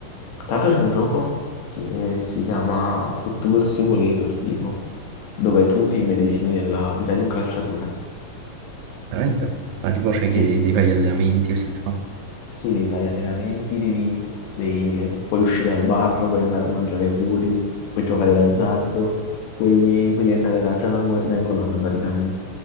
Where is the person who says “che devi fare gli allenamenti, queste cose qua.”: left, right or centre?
Right